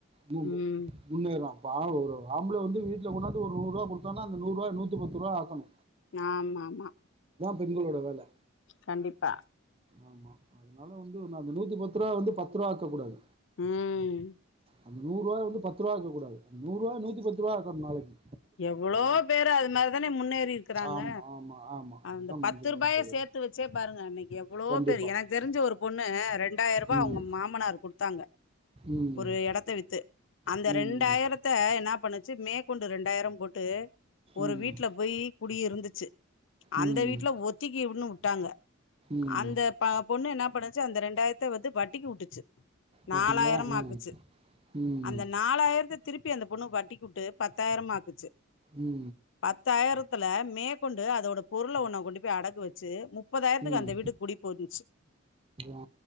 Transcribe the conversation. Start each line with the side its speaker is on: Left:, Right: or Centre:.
Right: மு
Left: ம்
Right: முன்னேறோ இப்ப ஆள் ஒரு ஆம்பள வந்து வீட்ல கொண்டாந்து ஒரு நூறுவா குடுத்தான்னா அந்த நூறுவா நூத்தி பத்து ரூவா ஆக்கணு
Left: ஆமா ஆமா
Right: பெண்களோட வேல
Left: கண்டிப்பா
Right: ஆமா அதனால வந்து அந்த நூத்தி பத்து ரூபா வந்து பத்து ரூவா ஆக்க கூடாது
Left: ம்
Right: அந்த நூறுவாய வந்து பத்து ரூவா ஆக்ககுடாது அந் நூறுவாய நூத்திபத்து ரூபா ஆக்கணு நாளைக்கி
Left: எவ்ளோ பேரு அது மாரிதானே முன்னேறி இருக்கிறாங்க
Right: ஆமா, ஆமா, ஆமா. அப்படிதான்
Left: அந்த
Right: முடிஞ்சுக்கணும்
Left: பத்து ரூபாய
Right: தோழி.
Left: சேத்து வச்சே பாருங்க அன்னைக்கு எவ்ளோ
Right: கண்டிப்பா.
Left: பேரு எனக்கு தெரிஞ்ச ஒரு பொண்ணு ரெண்டாயிர் ரூபா
Right: ம்,
Left: அவங்க மாமனார் குடுத்தாங்க
Right: ம்,
Left: ஒரு எடத்த வித்து அந்த
Right: ம்,
Left: ரெண்டாயிரத்த என்ன என்ன பண்ணுச்சி மேக்கொண்டு ரெண்டு ரெண்டு ஆயிரம் போட்டு ஒரு
Right: ம்,
Left: வீட்ல போய் குடி இருந்துச்சி அந்த
Right: ம்,
Left: வீட்ல ஒத்திக்கு உட்னோ ட்டாங்க
Right: ம்.
Left: அந்த ப பொண்ணு என்ன பண்ணுச்சு அந்த ரெண்டாயிரத்த வந்து வட்டிக்கு உட்டுச்சு நாலாயிரம்
Right: பாத்தீங்களா ம்
Left: ஆக்குச்சு
Right: ம்
Left: அந்த நாலாயிரத்த திருப்பி அந்த பொண்ணு வட்டிக்குட்டு பத்தாய்ரமா பிச்சு
Right: ம்
Left: பத்தாய்ரத்துல மே கொண்டு அதோட பொருள ஒன்ன கொண்டு அடகு வெச்சு முப்பதாய்த்துக்கு
Right: ம்
Left: அந்த வீட்டு கூடி போயிந்துச்
Right: ஆ